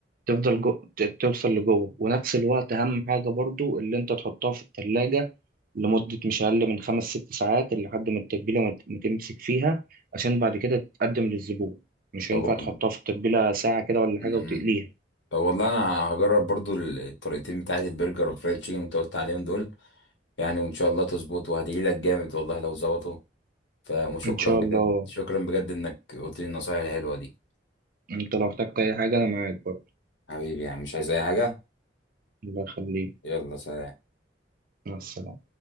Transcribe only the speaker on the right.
تفضل جو... ت- توصل لجوه ونفس الوقت اهم حاجه برضو اللي انت تحطها في الثلاجه لمده مش اقل من خمس ست ساعات لحد ما التتبيله ما ت- ما تمسك فيها عشان بعد كده تتقدم للزبون مش
هينفع
تحطها في التتبيله ساعه كده ولا
حاجه وتقليها
ان شاء
الله
انت لو احتجت اي حاجه انا معاك برضو
الله يخليك
مع السلامه